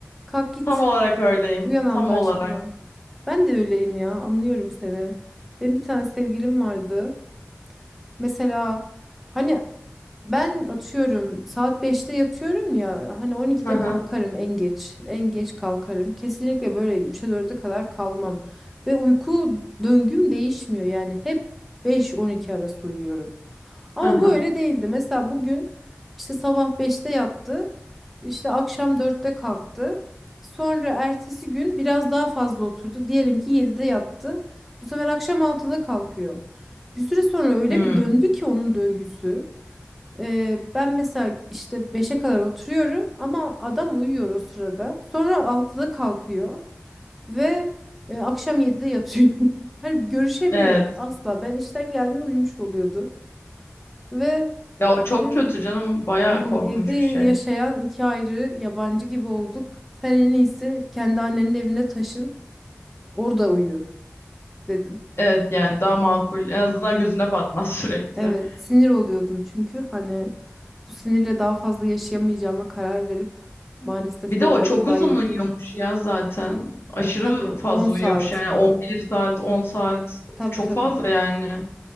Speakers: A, in the centre; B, on the left.
A: Kalk git.
B: Tam olarak öyleyim.
A: Uyan Allah
B: Tam
A: aşkına.
B: olarak.
A: Ben de öyleyim ya. Anlıyorum seni. Benim bir tane sevgilim vardı. Mesela hani ben atıyorum saat beşte yatıyorum ya hani 12'de
B: Hı hı.
A: kalkarım en geç. En geç kalkarım. Kesinlikle böyle 3'e dörde kadar kalmam. Ve uyku döngüm değişmiyor. Yani hep beş on iki arası uyuyorum. Ama
B: Hı hı.
A: bu öyle değildi. Mesela bugün işte sabah beşte yattı. İşte akşam dörtte kalktı. Sonra ertesi gün biraz daha fazla oturdu. Diyelim ki 7'de yattı. Bu sefer akşam altıda kalkıyor. Bir süre sonra öyle
B: Hmm,
A: bir döndü ki onun döngüsü. Ee, ben mesela işte beşe kadar oturuyorum ama adam uyuyor o sırada. Sonra altıda kalkıyor ve e, akşam yedide yatıyor. <laughs> Hani görüşemiyoruz
B: Evet.
A: asla. Ben işten geldiğimde uyumuş oluyordu. Ve
B: Ya o çok
A: dedim
B: kötü canım. Bayağı
A: hani
B: korkunç
A: evde yaşayan
B: bir şey.
A: iki ayrı yabancı gibi olduk. Sen en iyisi kendi annenin evine taşın, orada uyu dedim.
B: Evet yani daha makul. En azından gözüne batmaz <laughs> sürekli.
A: Evet, sinir oluyordum çünkü hani bu sinirle daha fazla yaşayamayacağıma karar verip maalesef
B: Bir
A: yollarımızı
B: de o çok uzun
A: ayırdık.
B: uyuyormuş ya zaten. Aşırı
A: Tabii
B: fazla
A: 10 saat.
B: uyuyormuş yani 11 saat, 10 saat.
A: Tabii
B: Çok
A: tabii.
B: fazla yani.